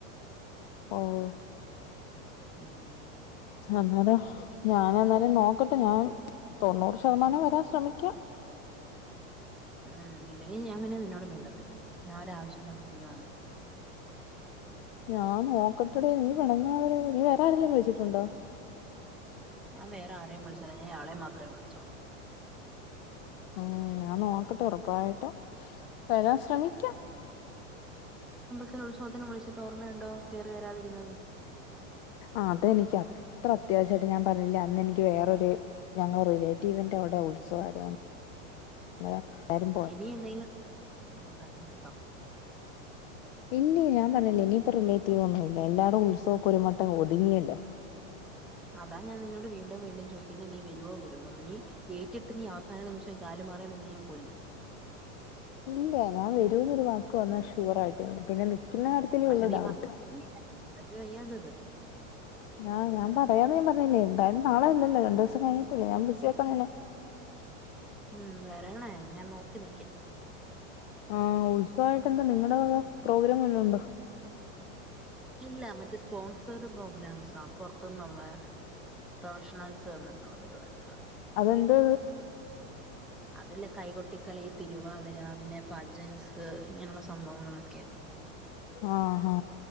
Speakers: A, on the left; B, in the centre.
A: ഓഹ്
B: ഉം
A: <unintelligible> ഞാൻ എന്നാലും നോക്കട്ടെ ഞാൻ തോണ്ണൂറ് ശതമാനം വരാൻ ശ്രമിക്കാം
B: ഉം ഇല്ലെങ്കിൽ ഞാൻ പിന്നെ നിന്നോട് മീണ്ടത്തില്ല ഞാൻ ഒരവശ്യം പറഞ്ഞിട്ട് നീ വന്നില്ല
A: ഞാൻ നോക്കട്ടെടീ നീ പിണങ്ങാതെടീ നീ വേറെരെലും വിളിച്ചിട്ടുണ്ടോ
B: ഞാൻ വേറെ ആരേം വിളിച്ചില്ല ഞാൻ ഇയാളെ മാത്രേ വിളിച്ചോള്ളൂ
A: ഉം ഞാൻ നോക്കട്ടെ ഉറപ്പായിട്ടും വരാൻ ശ്രമിക്ക
B: എത്ര ഉത്സവത്തിന് വിളിച്ചിട്ട് ഓർമ്മയുണ്ടോ കേറി വരാതിരുന്നത്
A: ആഹ് അതെനിക്ക് അത്ര അത്യാവശ്യായിട്ട് ഞാൻ പറഞ്ഞില്ലേ അന്ന് എനിക്ക് വേറൊര് ഞങ്ങളെ റിലേറ്റീവിന്റെവിടെ ഉത്സവായിര്ന്ന് അന്നേരം എല്ലാരും
B: ഇനി എന്തെങ്കിലും <unintelligible>
A: ഇല്ലേ ഞാൻ പറഞ്ഞില്ലേ ഇനിയിപ്പൊ റിലേറ്റിവോന്നും ഇല്ല എല്ലാടും ഉത്സവൊക്കെ ഒരു മട്ടം ഒതുങ്ങിയല്ലോ
B: അതാ ഞാന് നിന്നോട് വീണ്ടും വീണ്ടും ചോയിക്കുന്നെ നീ വരുവോ വരുമോ നീ ഏറ്റിട്ട് നീ അവസാന നിമിഷ് ഷം കല് മാറിയ തിന്നെ ഞാന് കൊല്ലും
A: ഇല്ലേ ഞാന് വരൂന്നൊരു വാക്ക് പറഞ്ഞാ ഷുവറായിട്ടും വരും പിന്നെ നിക്ക്ന്ന കാര്യത്തിലേ
B: പക്ഷെ
A: ഒള്ളു
B: നീ
A: ഡൗട്ട്
B: വാക്ക് വലിയ വയ്യാത്തത്
A: ആഹ് ഞാൻ പറയാന്ന് ഞാ പറഞ്ഞില്ലേ എന്തായാലും നാളെല്ലല്ലോ രണ്ടൂസം കഴിഞ്ഞട്ടല്ലേ ഞാൻ ബിസിയാക്ക നിന്നെ
B: ഉം വരണേ ഞാൻ നോക്കി നിക്കും
A: ആഹ് ഉത്സവായിട്ട് എന്താ നിങ്ങടെ വക പ്രോഗ്രാം വെല്ലോം ഉണ്ടോ
B: ഇല്ല മറ്റ് സ്പോൺസേർഡ് പ്രോഗ്രാംസാ പൊറ്ത്തുന്നുള്ളെ പ്രൊഫഷണൽസ് വന്ന്ട്ട്ള്ള പരിപാടികളാ
A: അതെന്ത്
B: അതില്ല കൈ കൊട്ടി ക്കളി തിരുവാതിര പിന്നെ ഫജൻസ് ഇങ്ങനെയുള്ള സംഭവങ്ങളൊക്കെ
A: ആഹ് ഹാ